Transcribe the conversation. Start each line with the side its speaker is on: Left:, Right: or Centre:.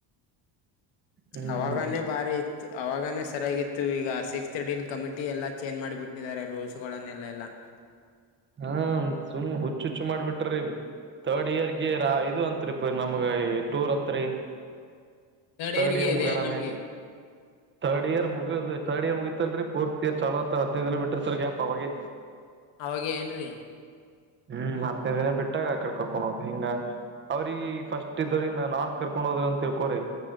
Right: ಹ್ಮ್
Left: ಅವಾಗನೇ ಭಾರಿ ಅವಾಗನೇ ಸರಿಯಾಗಿತ್ತು ಈಗ ಸಿಕ್ಸ್ತ್ ಡೀಲ್ ಕಮಿಟಿ ಎಲ್ಲ ಚೇಂಜ್ ಮಾಡಿಬಿಟ್ಟಿದ್ದಾರೆ ರೂಲ್ಸ್ಗಳನ್ನೆಲ್ಲ ಎಲ್ಲ. <inaudible>
Right: ಹಾ ಸುಮ್ ಹುಚ್ಚು ಹುಚ್ಚು ಮಾಡಿಬಿಟ್ರಿಮ್. ತರ್ಡ್ ಇಯರ್ಗಿ ರಾ ಇದು ಅಂತ್ರಿ ನಮ್ಗ ಟೂರ್ ಹತ್ರಿ. ತರ್ಡ್
Left: ಇಯರ್ಗೆ
Right: ಇಯರ್
Left: ಇದೆ
Right: ಮುಗೆಣನೆ.
Left: ನಮ್ಗೆ
Right: ತರ್ಡ್ ಇಯರ್ ಮುಗಿದ್ ತರ್ಡ್ ಇಯರ್ ಮುಗಿತಲ್ರಿ ಫೋರ್ತ್ ಇಯರ್ ಚಾಲು ಆತ್ ಹದಿನೈದ ದಿನ ಬಿಟ್ಟಿರ್ತರ್ ಗ್ಯಾಪ್ ಅವಗೆ.
Left: ಅವಗೆ ಏನ್ರೀ.
Right: ಹ್ಮ್ ಹತ್ತ್
Left: ಓ
Right: ದಿನ ಬಿಟ್ಟಾಗ. ಕರ್ಕೊಂಡ ಹೋದ್ ಹಿಂಗ ಅವ್ರಿಗಿ ಫಸ್ಟ್ ಇದವ್ರಿಗ ನಾ ನಾರ್ತ್ ಕರ್ಕೊಂಡು ಹೋದ್ರ ಅಂತ ತಿಳ್ಕೋರಿ.